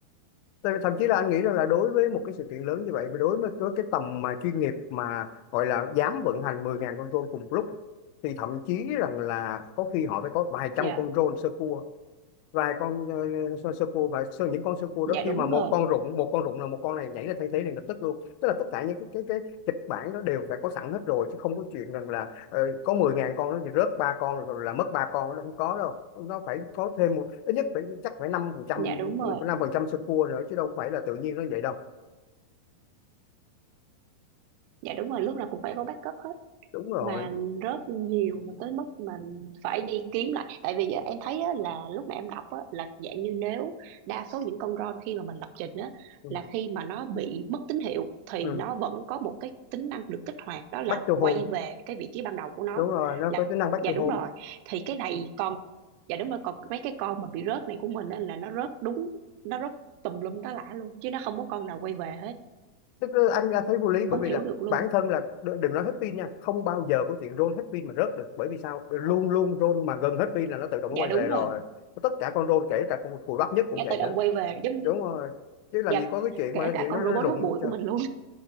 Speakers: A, on the left; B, on the right.
A: tại- thậm chí là anh nghĩ rằng là đối với một cái sự kiện lớn như vậy mà đối với cái, cái tầm mà chuyên nghiệp mà gọi là dám vận hành 10.000 con drone cùng lúc thì thậm chí rằng là có khi họ phải có vài trăm
B: dạ
A: con drone sơ cua vài con ờ, sơ cua và sơ, những con sơ cua
B: dạ
A: đó khi
B: đúng
A: mà một
B: rồi
A: con rụng một con rụng là một con này nhảy lên thay thế liền lập tức luôn tức là tất cả những cái cái cái kịch bản đó đều phải có sẵn hết rồi chứ không có chuyện rằng là ờ, có mười ngàn con nó rớt ba con rồi là mất ba con nó không có đâu nó phải có thêm một ít nhất phải chắc phải năm phần trăm
B: dạ đúng rồi
A: năm phần trăm sơ cua nữa chứ đâu phải là tự nhiên nó vậy đâu
B: dạ đúng rồi lúc nào cũng phải có backup hết
A: đúng rồi
B: mà rớt nhiều mà tới mức mình phải đi kiếm lại tại vì á, em thấy á, là lúc mà em đọc á, là dạng như nếu đa số những con ROM khi mà mình lập trình á,
A: ừ.
B: là khi mà nó bị mất tín hiệu thì
A: Ừ.
B: nó vẫn có một cái tính năng được kích hoạt đó là
A: Back to home
B: quay về cái vị trí ban đầu của nó
A: đúng rồi nó
B: là
A: có tính năng back
B: dạ
A: to
B: đúng
A: home
B: rồi thì cái này còn dạ đúng rồi còn mấy cái con mà bị rớt này của mình á, là nó rớt đúng nó rớt tùm lum tá lả luôn chứ nó không có con nào quay về hết
A: tức là anh ra thấy vô lý
B: không
A: bởi vì
B: hiểu
A: là
B: được luôn
A: bản thân là đ- đừng nói hết pin nha không bao giờ có chuyện roll hết pin mà rớt được bởi vì sao luôn luôn roll mà gần hết pin là nó tự động
B: dạ
A: nó quay
B: đúng
A: về rồi
B: rồi
A: tất cả con roll kể cả con cùi bắp nhất cũng
B: nó
A: vậy
B: tự
A: nữa
B: động quay về giống
A: đúng rồi chứ làm
B: dạ
A: gì có cái chuyện
B: kể
A: mà nó-
B: cả
A: chuyện
B: con
A: nó, nó
B: robot
A: rụng
B: hút bụi của mình luôn